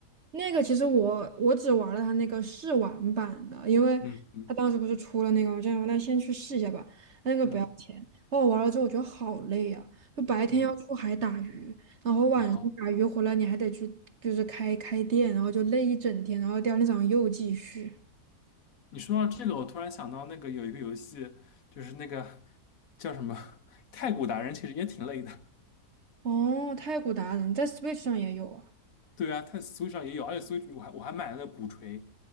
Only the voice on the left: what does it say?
嗯嗯
嗯
嗯，
哦，
你说到这个，我突然想到那个有一个游戏，就是那个叫什么《太鼓达人》，其实也挺累的。
对啊，它 Switch 上也有，而且 Switch 我还我还买了那鼓槌，